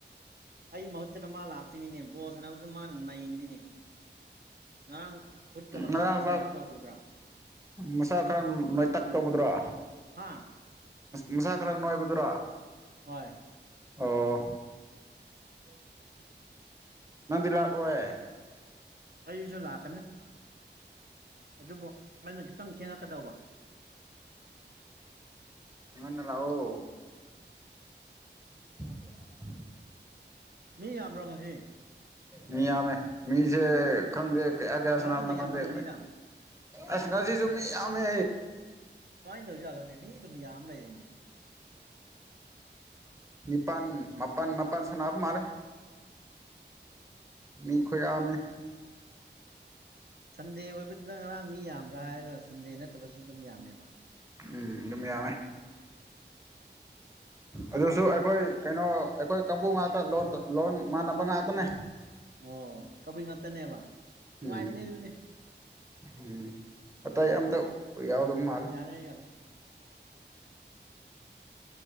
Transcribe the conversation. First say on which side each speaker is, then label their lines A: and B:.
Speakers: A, on the right (about 60°); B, on the right (about 15°).
A: ꯑꯩ ꯃꯍꯨꯠꯇꯅ ꯃꯥ ꯂꯥꯛꯇꯣꯏꯅꯤꯅꯦ ꯕꯣꯜ ꯁꯅꯕꯁꯨ ꯃꯥꯅ ꯅꯩꯕꯅꯤꯅꯦ ꯉꯔꯥꯡ ꯈꯨꯨꯠꯀ ꯂꯧꯊꯣꯛꯑꯒ
B: ꯉꯔꯥꯡ ꯂꯥꯛ
A: ꯁꯥꯟꯅꯕꯗꯣ ꯎꯗ꯭ꯔꯥ
B: ꯃꯁꯥ ꯈꯔ ꯅꯣꯏꯇꯛ ꯇꯧꯕꯗ꯭ꯔꯣ
A: ꯍꯥ
B: ꯅꯁꯥ ꯈꯔ ꯅꯨꯡꯉꯥꯏꯕꯗꯨꯔꯥ
A: ꯍꯣꯏ
B: ꯑꯣ
A: ꯔꯣꯌꯥ
B: ꯅꯪꯗꯤ ꯂꯥꯛꯑꯣꯏ
A: ꯑꯩꯁꯨ ꯂꯥꯛꯀꯅꯦ ꯑꯗꯨꯕꯨ ꯑꯩꯅ ꯈꯤꯇꯪ ꯊꯦꯡꯉꯛꯀꯗꯧꯕ
B: ꯉꯟꯅ ꯂꯥꯛꯑꯣ <inaudible>
A: ꯃꯤ ꯌꯥꯝꯕ꯭ꯔꯣ ꯉꯁꯤ
B: ꯃꯤ ꯌꯥꯝꯃꯦ ꯃꯤꯁꯦ ꯈꯪꯗꯦ ꯀꯌꯥ ꯀꯌꯥ
A: ꯉꯔꯥꯡꯅ
B: ꯁꯅꯥꯕꯅꯣ ꯈꯪꯗꯦ
A: ꯌꯥꯝꯃꯝꯒꯅꯤꯗ
B: ꯑꯁ ꯉꯁꯤꯁꯨ ꯃꯤ ꯌꯥꯝꯃꯦ
A: ꯀꯗꯧꯖꯥꯠꯂꯣꯅꯦ ꯃꯤ ꯑꯗꯨꯝ ꯌꯥꯝ ꯑꯃ ꯂꯩꯔꯦꯅꯦ
B: ꯃꯥꯄꯜ ꯃꯥꯄꯜ ꯃꯥꯄꯜ ꯁꯅꯥꯕ ꯃꯥꯜꯂꯦ ꯃꯤ ꯈꯣꯏ ꯌꯥꯝꯃꯦ
A: ꯁꯟꯗꯦ ꯑꯣꯏꯕꯗꯨꯅ ꯉꯔꯥꯡ ꯃꯤ ꯌꯥꯝꯕ꯭ꯔꯥ ꯍꯥꯏꯔꯒ ꯁꯟꯗꯦ ꯅꯠꯇꯕꯁꯨ ꯑꯗꯨꯝ ꯌꯥꯝꯃꯦꯕ
B: ꯎꯝ ꯑꯗꯨꯝ ꯌꯥꯝꯃꯦ ꯑꯗꯨꯁꯨ ꯑꯩꯈꯣꯏ ꯀꯩꯅꯣ ꯑꯩꯈꯣꯏ ꯀꯥꯡꯕꯨ ꯉꯥꯛꯇ ꯂꯣꯟ ꯃꯥꯟꯅꯕ ꯉꯥꯛꯇꯅꯦ
A: ꯑꯣ ꯀꯕꯨꯏ ꯉꯥꯛꯛꯇꯅꯦꯕ ꯅꯨꯡꯉꯥꯏꯕꯅꯦ
B: ꯎꯝ
A: ꯑꯗꯨꯗꯤ
B: ꯎꯝ ꯑꯇꯩꯥ ꯑꯝꯇ ꯌꯥꯎꯗꯝ ꯃꯥꯂꯦ
A: ꯌꯥꯔꯦ ꯌꯥꯔꯦ